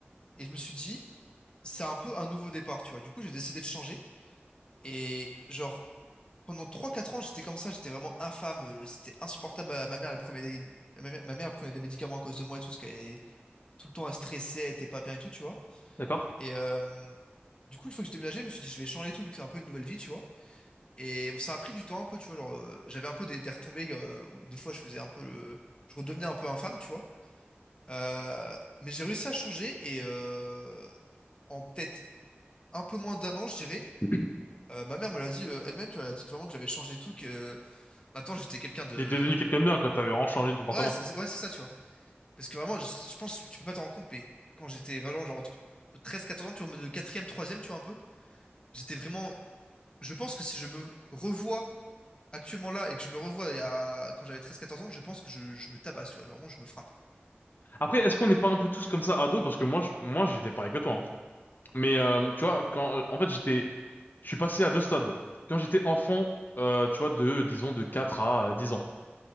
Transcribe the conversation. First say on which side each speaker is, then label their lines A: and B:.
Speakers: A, on the left (about 25°); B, on the left (about 50°).
A: Et je me suis dit, c'est un peu un nouveau départ, tu vois. Du coup, j'ai décidé de changer. Et genre Pendant trois quatre ans, j'étais comme ça, j'étais vraiment infâme. euh, C'était insupportable. Ma, ma mère, elle prenait des... ma mère, ma mère, elle prenait des médicaments à cause de moi et tout, parce qu'elle est tout le temps elle stressait, elle était pas bien et tout, tu vois.
B: d'accord.
A: Et euh, du coup, une fois que j'ai déménagé, je me suis dit, je vais changer et tout, vu que c'est un peu une nouvelle vie, tu vois. Et ça a pris du temps un peu, tu vois. Genre, euh, j'avais un peu des, des retombées, euh, où des fois, je faisais un peu le... Je redevenais un peu infâme, tu vois. Euh, mais j'ai réussi à changer et euh, en peut-être un peu moins d'un an, je dirais.
B: <clears throat>
A: euh, ma mère me l'a dit euh, elle-même, tu vois, elle a dit que vraiment que j'avais changé et tout, que euh, maintenant j'étais quelqu'un de
B: J'étais devenu quelqu'un de bien, quoi. T'avais vraiment changé de comportement.
A: Ouais, c'est c'est- ouais, c'est ça, tu vois. Parce que vraiment, je, je pense que tu peux pas t'en rendre compte, mais quand j'étais vraiment genre entre 13-14 ans, tu vois, en mode e 3e, tu vois, un peu, j'étais vraiment. Je pense que si je me revois actuellement là et que je me revois il y a- quand j'avais treize, quatorze ans, je pense que je, je me tabasse, tu vois. Vraiment, je me frappe.
B: Après, est-ce qu'on n'est pas un peu tous comme ça ados? Parce que moi, je- moi, j'étais pareil que toi. hein. Mais euh, tu vois, quand, euh, en fait, j'étais, je suis passé à deux stades. Quand j'étais enfant, euh, tu vois, de, disons, de 4 à euh, 10 ans.